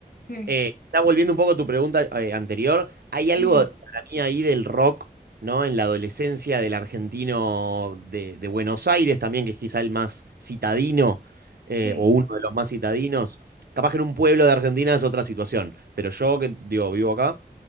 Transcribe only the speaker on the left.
sí,
mm,
sí,